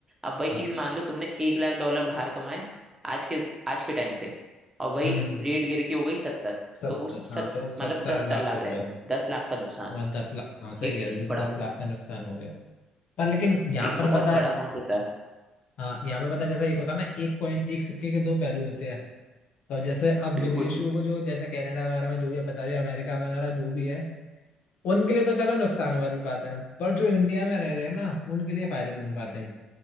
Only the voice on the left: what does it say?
हाँ,
हम्म
सत्तर
हाँ तो
सत्तर
लाख
हो
गए
मैं दस लाख हाँ सही
कह रहे
हो
दस लाख का नुकसान हो गया पर लेकिन यहाँ
पर
पता है
हाँ यहाँ पर पता है, जैसा एक होता है ना एक कॉइन एक सिक्के के दो पहलू होते हैं तो जैसे अब
विदेशियों को जो जैसे कनाडा वगैरह में जो भी आप बता रहे हो अमेरिका में वगैरह जो भी है उनके लिए तो चलो नुकसान वाली बात है पर जो इंडिया में रह रहे हैं ना उनके लिए फायदेमंद बात है